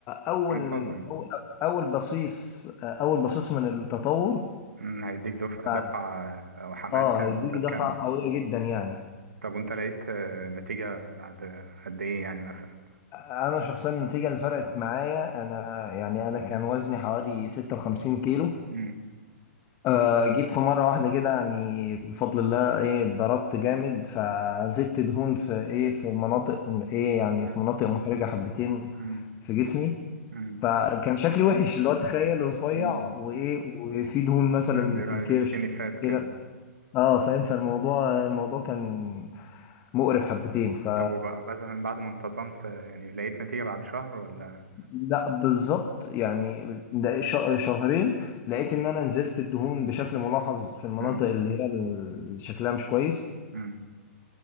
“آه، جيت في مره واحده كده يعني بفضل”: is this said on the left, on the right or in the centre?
Left